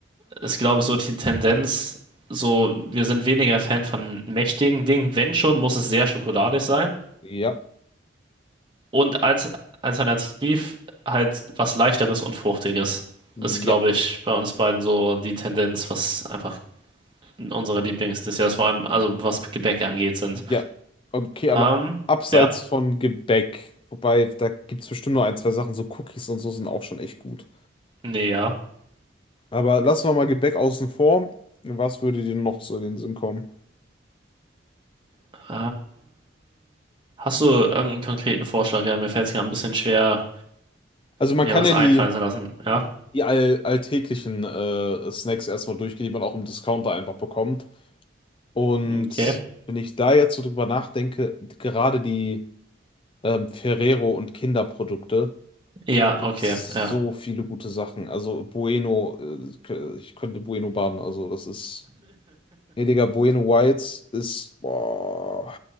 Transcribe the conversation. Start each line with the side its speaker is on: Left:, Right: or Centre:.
Right: ist glaube ich so die Tendenz, so wir sind weniger Fan von mächtigen Dingen. Wenn schon, muss es sehr schokoladig sein.
Left: Ja,
Right: Und als alternativ halt was Leichteres und Fruchtiges.
Left: ja,
Right: Ist glaube ich bei uns beiden so die Tendenz, was einfach unsere Lieblingsdesserts, vor allem also was Gebäck angeht, sind.
Left: ja. Okay, aber
Right: Ähm,
Left: abseits
Right: ja,
Left: von Gebäck, wobei da gibt es bestimmt nur ein, zwei Sachen, so Cookies und so sind auch schon echt gut.
Right: nee, ja.
Left: Aber lassen wir mal Gebäck außen vor. Was würde dir noch so in den Sinn kommen?
Right: Äh, hast du irgendeinen konkreten Vorschlag? Ja, mir fällt es gerade ein bisschen schwer.
Left: Also man
Right: mir
Left: kann
Right: was
Left: ja
Right: einfallen
Left: die,
Right: zu lassen. Ja,
Left: die all, alltäglichen äh, Snacks erstmal durchgehen, die man auch im Discounter einfach bekommt. Und
Right: okay.
Left: wenn ich da jetzt so drüber nachdenke, gerade die ähm, Ferrero und Kinderprodukte,
Right: Ja,
Left: da gibt
Right: okay,
Left: es
Right: ja.
Left: so viele gute Sachen. Also Bueno, äh, ich könnte Bueno baden. Also das ist, gnädiger Bueno Whites ist, boah,